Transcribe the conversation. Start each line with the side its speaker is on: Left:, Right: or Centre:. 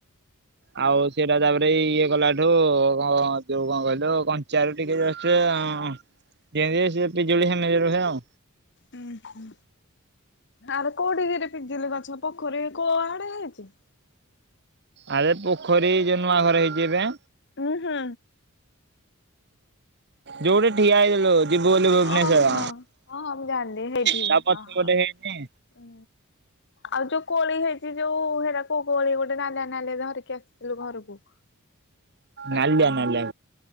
Right: ଆଉ ସେଟା ତାପରେ ଇଏ କଲାଠୁ କଣ ଯୋଉ କଣ କହିଲୁ କଞ୍ଚା ରୁ ଟିକେ ଜଷ୍ଟ ଅ ଯେମିତି ସେ ପିଜୁଳି ସେମିତି ରୁହେ ଆଉ।
Left: ଉ ହୁଁ ଆରେ କୋଉଠିିକିରି ପିଜିଲି ଗଛ ପୋଖରୀ କୋଉ ଆଡେ ହେଇଛି।
Right: ଆରେ ପୋଖରୀ ଯୋଉ ନୂଆ ଘର ହେଇଛି ଏବେ।
Left: ଉଁ ହୁଁ।
Right: ଯୋଉଠି ଠିଆ ହେଇଥିଲୁ। ଯିବୁ ବୋଲି ଭୁବନେଶ୍ଵର
Left: ଓହୋ ହଁ ମୁଁ ଜାଣିଲି ହେଇଠି
Right: ତାପଛ
Left: ଓହୋ।
Right: ପଟେ ହେଇନି
Left: ଉଁ। ଆଉ ଯୋଉ କୋଳି ହେଇ ଚି ଯୋଉ ହେରା କଉ କୋଳି ଗୋଟେ ନାଲିଆ ନାଲିଆ ଧରିକି ଆସିଥିଲୁ ଘରକୁ। ବା
Right: ନାଲିଆ
Left: କଣ
Right: ନାଲିଆ